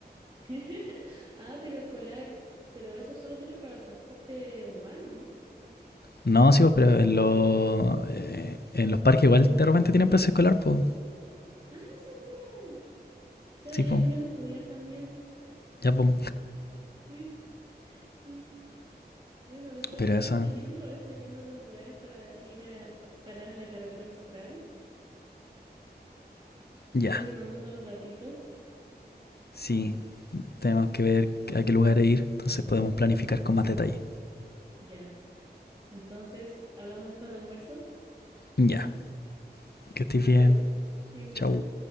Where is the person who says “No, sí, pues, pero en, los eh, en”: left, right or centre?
Left